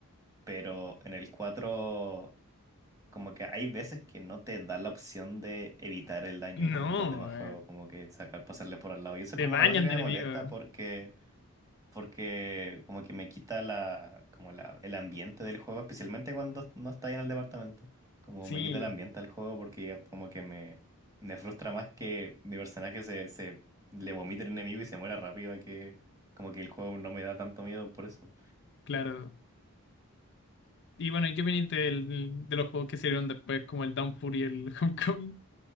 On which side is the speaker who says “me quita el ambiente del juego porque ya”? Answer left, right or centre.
Right